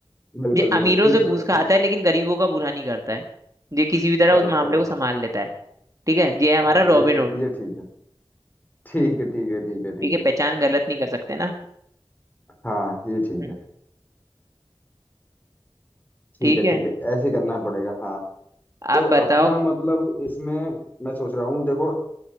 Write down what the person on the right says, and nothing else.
ये
अमीरों
से घूस
खाता है
लेकिन गरीबों का बुरा नहीं करता है ये किसी भी तरह
उस मामले
को संभाल लेता है ठीक है ये है हमारा
रॉबिन हुड
ठीक
है
पहचान गलत नहीं कर सकते ना
हम्म,
ठीक
है
आप बताओ